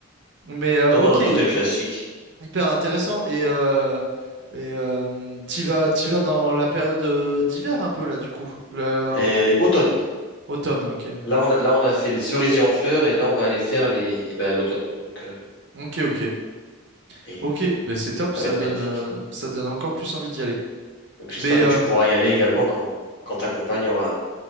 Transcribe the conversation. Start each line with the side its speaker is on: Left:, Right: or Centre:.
Right: Mais euh,
Left: Non,
Right: ok,
Left: non, un
Right: hy-
Left: hôtel classique.
Right: hyper intéressant. Et, euh, et euh, t'y vas, t'y vas dans la période euh, d'hiver un peu, là, du coup. Le...
Left: Et automne.
Right: Automne, ok.
Left: Là, on a, là, on a fait les cerisiers en fleurs, et là, on va aller faire les, eh ben, l'automne. Donc, euh,
Right: Ok, ok.
Left: et
Right: Ok, ben c'est top,
Left: ça
Right: ça
Left: va être
Right: donne,
Left: magnifique.
Right: euh, ça donne encore plus envie d'y aller.
Left: Donc j'espère
Right: Mais
Left: que
Right: euh,
Left: tu pourras y aller également quand, quand ta compagne aura,